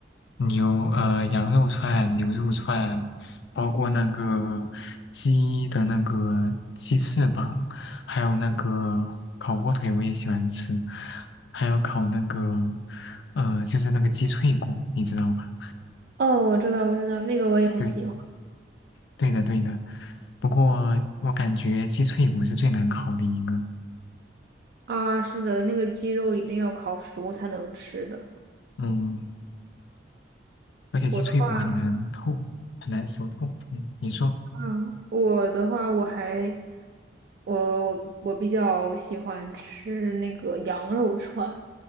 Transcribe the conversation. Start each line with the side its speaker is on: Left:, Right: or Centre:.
Left: 牛呃羊肉串、牛肉串，包括那个鸡的那个鸡翅膀，还有那个烤火腿我也喜欢吃，还有烤那个呃就是那个鸡脆骨，你知道吧？
Right: 哦，我知道，我知道，那个我也很喜欢。
Left: 对，对的对的。不过我感觉鸡脆骨是最难烤的一个，
Right: 啊，是的，那个鸡肉一定要烤熟才能吃的。
Left: 嗯，而且鸡脆骨很难透，
Right: 我的话，
Left: 很难熟透。嗯，你说。
Right: 嗯，我的话，我还，我我我比较喜欢吃那个羊肉串。